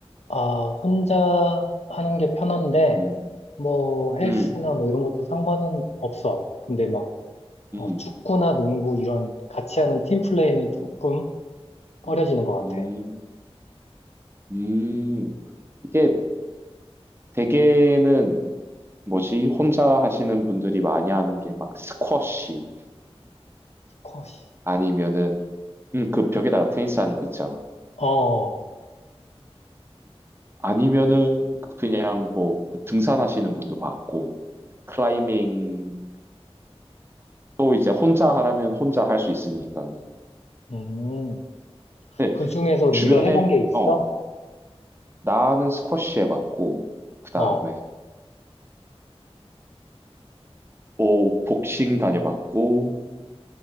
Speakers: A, on the left; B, on the right.
A: 아, 혼자 하는 게 편한데
B: 음,
A: 뭐 헬스나
B: 음,
A: 뭐 이런 것도 상관은 없어. 근데 막 어,
B: 음,
A: 축구나 농구 이런 같이 하는 팀 플레이는 조금
B: 음,
A: 꺼려지는
B: 음,
A: 것
B: 음.
A: 같아.
B: 음. 이게 대개는 뭐지? 혼자 하시는 분들이 많이 하는 게 막 스쿼시
A: 컷이.
B: 아니면은 음, 그 벽에다가 테니스 하는 거 있잖아.
A: 어,
B: 아니면은 그냥 뭐 등산하시는 분도 봤고, 아니면 클라이밍 또 이제 혼자 하라면 혼자 할 수 있으니까.
A: 음.
B: 근데
A: 그 중에서
B: 주변에
A: 네가 해본 게 있어?
B: 어 나는 스쿼시 해봤고, 그 다음에
A: 어.
B: 뭐 복싱 다녀봤고,